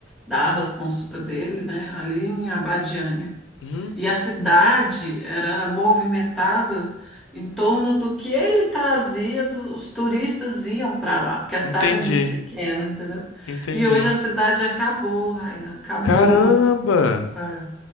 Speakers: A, in the centre; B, on the left.
A: dava as consultas dele, né? Ali em Abadiânia.
B: Uhum,
A: E a cidade era movimentada em torno do que ele trazia, do- os turistas iam para lá, porque a cidade
B: entendi.
A: é muito pequena, entendeu?
B: Entendi.
A: E hoje a cidade acabou, Raia, acabou.
B: Caramba!
A: É,